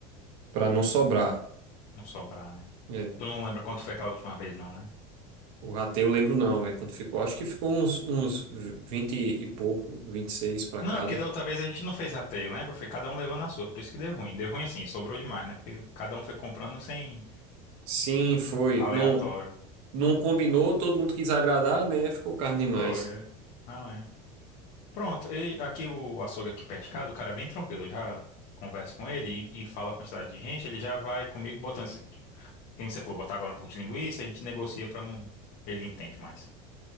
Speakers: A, on the right (about 70°); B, on the left (about 55°).
A: para não sobrar.
B: Não sobrar, né?
A: É.
B: Tu não lembra quanto foi aquela última vez, não, né?
A: O rateio eu lembro não, velho, quanto ficou. Acho que ficou uns, uns 20 e pouco, 26 para cada.
B: Não, é porque da outra vez a gente não fez rateio, lembra? Foi cada um levando a sua, por isso que deu ruim. Deu ruim assim, sobrou demais, né? Porque cada um foi comprando sem
A: Sim, foi.
B: aleatório.
A: Não, não combinou, todo mundo quis agradar, né? Ficou carne demais.
B: Foi, é. Não é. Pronto, e aqui o açougue aqui perto de casa, o cara é bem tranquilo. Eu já converso com ele e, e falo a quantidade de gente, ele já vai comigo botando. Quem você falou, botar agora um pouco de linguiça, a gente negocia pra não. Ele entende mais.